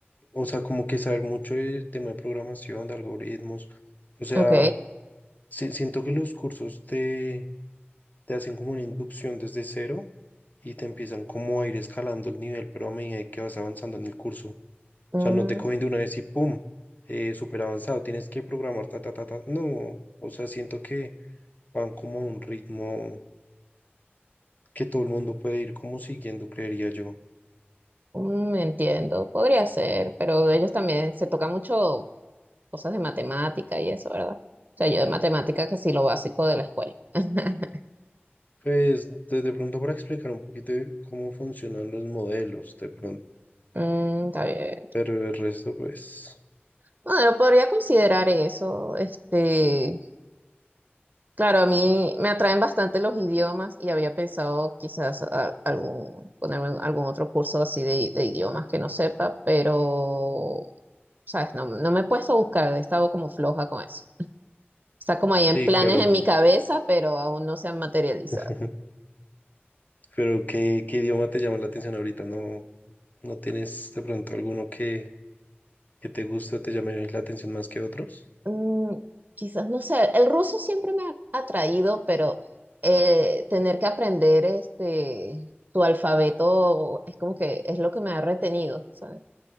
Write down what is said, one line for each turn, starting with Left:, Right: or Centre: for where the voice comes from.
Left: o sea, como que saber mucho del tema de programación, de algoritmos. O sea,
Right: Ok,
Left: si- siento que los cursos te, te hacen como una inducción desde cero y te empiezan como a ir escalando el nivel, pero a medida que vas avanzando en el curso. O
Right: mm,
Left: sea, no te cogen de una vez y pum, eh, súper avanzado, tienes que programar, ta, ta, ta, ta. No, o sea, siento que van como a un ritmo que todo el mundo puede ir como siguiendo, creería yo.
Right: mm, entiendo, podría ser, pero ellos también se toca mucho cosas de matemática y eso, ¿verdad? O sea, yo de matemática que sí lo básico de la escuela. <laughs>
Left: Pues de, de pronto para explicar un poquito de cómo funcionan los modelos, de pronto,
Right: Mm, está bien.
Left: pero el resto, pues,
Right: Bueno, podría considerar eso. Este, claro, a mí me atraen bastante los idiomas y había pensado quizás a- algún, ponerme en algún otro curso así de, de idiomas que no sepa, pero, sabes, no, no me he puesto a buscar, he estado como floja con eso. Está como ahí en
Left: sí,
Right: planes
Left: claro.
Right: en mi cabeza, pero aún no se han materializado.
Left: <laughs> Pero ¿qué, qué idioma te llama la atención ahorita? ¿No, no tienes de pronto alguno que, que te guste o te llame la atención más que otros?
Right: Mm, quizás, no sé, el ruso siempre me ha atraído, pero eh, tener que aprender este tu alfabeto es como que es lo que me ha retenido, ¿sabes?